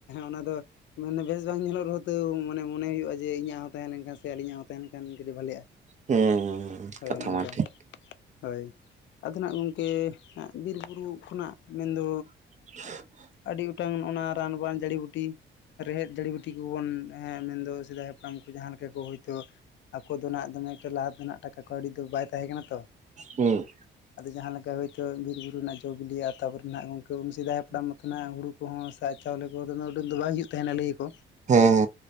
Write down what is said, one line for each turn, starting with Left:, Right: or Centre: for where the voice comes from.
Left: ᱚᱱᱟ ᱫᱚ ᱢᱟᱱᱮ ᱵᱮᱥ ᱵᱟᱝ ᱧᱮᱞᱚᱜ ᱨᱮᱦᱚᱸ ᱛᱟᱹᱣ ᱢᱟᱼᱼ ᱢᱟᱱᱮ ᱢᱚᱱᱮ ᱦᱩᱭᱩᱜᱼᱟ ᱡᱮ ᱤᱧᱟᱹᱜ ᱦᱚᱸ ᱛᱟᱦᱮᱸ ᱞᱮᱱᱠᱷᱟᱱ ᱥᱮ ᱟᱹᱞᱤᱧᱟᱜ ᱦᱚᱸ ᱛᱟᱦᱮᱸ ᱞᱮᱱᱠᱷᱟᱱ ᱠᱟᱹᱴᱤᱡ ᱵᱷᱟᱹᱞᱤᱜᱼᱟ᱾
Right: ᱦᱩᱸ ᱦᱩᱸ
Left: ᱦᱳᱭ
Right: ᱠᱟᱛᱷᱟ
Left: ᱚᱱᱮ ᱟᱱᱠᱟ
Right: ᱢᱟ ᱴᱷᱤᱠ
Left: ᱦᱳᱭ ᱟᱫᱚ ᱱᱟᱜ ᱜᱚᱢᱠᱮ ᱵᱤᱨ ᱵᱩᱨᱩ ᱠᱷᱚᱱᱟᱜ ᱢᱮᱱᱫᱚ
Right: <unintelligible>
Left: ᱟᱹᱰᱤ ᱜᱚᱴᱟᱝ ᱱᱚᱜ-ᱚᱱᱟ ᱨᱟᱱᱵᱟᱱ ᱡᱟᱹᱲᱤ ᱵᱩᱴᱤ, ᱨᱮᱦᱮᱫ ᱡᱟᱹᱲᱤ ᱵᱟᱹᱴᱤ ᱠᱚᱵᱚᱱ ᱢᱮᱱᱫᱚ ᱥᱮᱫᱟᱭ ᱦᱟᱯᱲᱟᱢ ᱠᱚ ᱡᱟᱦᱟᱸ ᱞᱮᱠᱟ ᱠᱚ ᱦᱳᱭᱛᱳ᱾ ᱟᱠᱟ ᱫᱚ ᱱᱟᱜ ᱫᱚᱢᱮ ᱮᱠᱴᱟ ᱞᱟᱦᱟ ᱛᱮ ᱱᱟᱜ ᱴᱟᱠᱟ ᱠᱟᱹᱣᱰᱤ ᱫᱚ ᱵᱟᱭ ᱛᱟᱦᱮᱸ ᱠᱟᱱᱟ ᱛᱚ᱾
Right: ᱦᱩᱸ
Left: ᱟᱫᱚ ᱡᱟᱦᱟᱸ ᱞᱮᱠᱟ ᱦᱳᱭᱛᱳ ᱵᱤᱨᱼ ᱵᱩᱨᱩ ᱨᱮᱱᱟᱜ ᱡᱚᱼ ᱵᱤᱞᱤᱭᱟ ᱛᱟᱯᱚᱨᱮ ᱱᱟᱜ ᱜᱚᱢᱠᱮ ᱩᱱ ᱥᱮᱫᱟᱭ ᱦᱟᱯᱲᱟᱢ ᱚᱱᱟ ᱦᱩᱲᱩ ᱠᱚᱦᱚᱸ ᱥᱟ ᱪᱟᱣᱞᱮ ᱠᱚ ᱫᱚᱢᱮ ᱩᱰᱟᱹᱝ ᱫᱚ ᱵᱟᱝ ᱦᱩᱭᱩᱜ ᱛᱟᱦᱮᱱᱟ ᱞᱟᱹᱭᱟᱠᱚ᱾
Right: ᱦᱮᱸ ᱦᱮᱸ